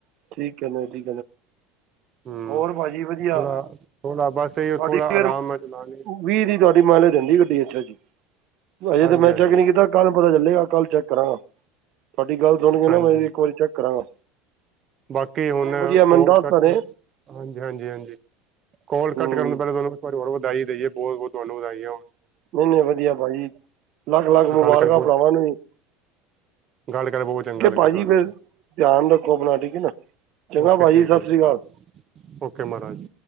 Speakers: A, on the right; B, on the right.
A: ਠੀਕ ਐ <unintelligible> ਜੀ
B: ਹੂੰ
A: ਹੋਰ ਭਾਜੀ ਵਧੀਆ
B: ਥੋੜਾ ਥੋੜਾ ਬਸ ਇਹ
A: ਤੁਹਾਡੀ
B: ਥੋੜਾ
A: <unintelligible>
B: ਆਰਾਮ ਨਾਲ ਚਲਾਣੀ
A: ਵੀਹ ਦੀ ਤੁਹਾਡੀ <unintelligible> ਦਿੰਦੀ ਗੱਡੀ ਅੱਛਾ ਜੀ ਅਜੇ
B: ਹਾਂਜੀ
A: ਤਾਂ ਮੈਂ
B: ਹਾਂਜੀ
A: ਚੈੱਕ ਨੀ ਕੀਤਾ। ਕੱਲ ਪਤਾ ਚੱਲੇਗਾ, ਕੱਲ ਚੈੱਕ ਕਰਾਂਗਾ, ਤੁਹਾਡੀ ਗੱਲ ਸੁਣ ਕੇ
B: ਹਾਂਜੀ
A: ਨਾ ਮੈਂ ਇੱਕ ਵਾਰੀ ਚੈੱਕ ਕਰਾਂਗਾ।
B: ਬਾਕੀ
A: ਨਹੀਂ
B: ਹੁਣ
A: ਨਹੀਂ ਵਧੀਆ ਮੈਨੂੰ
B: ਕੋਲ
A: ਦੱਸ
B: ਕੱਟ
A: ਤਾਂ ਰਹੇ
B: ਹਾਂਜੀ ਹਾਂਜੀ ਹਾਂਜੀ। ਕੋਲ
A: ਹੂੰ
B: ਕੱਟ ਕਰਨ ਪਹਿਲੇ ਤੁਹਾਨੂੰ ਇੱਕ ਵਾਰ ਹੋਰ ਵਧਾਈ ਦੇਈਏ ਬਹੁਤ ਬਹੁਤ ਤੁਹਾਨੂੰ ਵਧਾਈ ਹੈ।
A: ਨਹੀਂ ਨਹੀਂ ਵਧੀਆ ਭਾਜੀ ਲੱਖ ਲੱਖ ਮੁਬਾਰਕਾਂ
B: ਗੱਲ ਕਰ ਬਹੁਤ
A: ਭਰਾਵਾਂ ਨੂੰ ਵੀ।
B: ਗੱਲ ਕਰ ਬਹੁਤ ਚੰਗਾ ਲੱਗਿਆ
A: ਭਾਅ
B: ਤੁਹਾਡੇ
A: ਜੀ ਫਿਰ
B: ਨਾਲ।
A: ਧਿਆਨ ਰੱਖੋ ਆਪਣਾ ਠੀਕ ਹੈ ਨਾ ਚੰਗਾ
B: ਓਕੇ
A: ਭਾਜੀ
B: ਠੀਕ
A: ਸਤਿ
B: ਹੈ ਜੀ
A: ਸ੍ਰੀ ਅਕਾਲ।
B: ਓਕੇ ਮਹਾਰਾਜ।